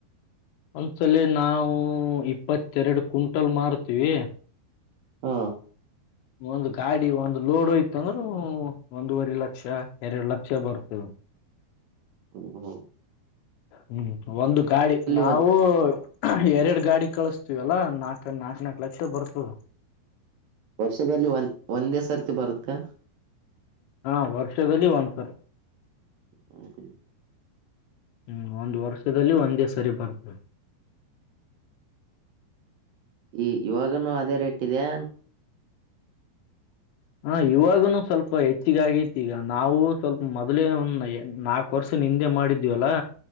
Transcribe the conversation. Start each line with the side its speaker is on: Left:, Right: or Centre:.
Left: ಒಂದ್ಸಲ ನಾವವು ಇಪ್ಪತ್ತೆರಡು ಕುಂಟಲ್ ಮಾರತೀವಿ
Right: ಹಾ
Left: ಒಂದು ಗಾಡಿ ಒಂದು ಲೋದಯತ ಅಂದ್ರೂ ಒಂದವರಿ ಲಕ್ಷ ಎರಡು ಲಕ್ಷ ಬರ್ತ
Right: ಹ್ಮ ಹ್ಮ
Left: ಹ್ಮ್ ಒಂದು ಗಾಳಿ ನಾವುೂ
Right: ಒಂದ್
Left: ಎರಡು ಗಾಡಿ ಕಳಿಸಸ್ತೀವಲ್ಲ ನಾಕ ನಾಕ ನಾಕ್ ಲಕ್ಷ ಬರ್ತದೆ
Right: ವರ್ಷದಲ್ಲಿ ಒಂದ ಒಂದೇ ಸರ್ತಿ ಬರುತ್ತೆ
Left: ಹಾ ವರ್ಷದಲ್ಲಿ ಒಂದ್ಸರ್
Right: ಹ್ಮ
Left: ಹ್ಮ್ ಒಂದ್ ವರ್ಷದಲ್ಲಿ ಒಂದೇ ಸರಿ ಬರ್ತದೆ
Right: ಈ ಇವಾಗನುೂ ಅದೇ ರೇಟ್ ಇದೆಯ
Left: ಹ ಇವಾಗನುೂ ಸ್ವಲ್ಪ ಹೆಚ್ಚಗ ಆಗತಿೀಗ ನಾವು ಸ್ವಲ್ಪ ಮೊದಲೇ ನಾ ಕೊರ್ಸ ಹಿಂದೆ ಮಾಡಿದೀವಲ್ಲಾ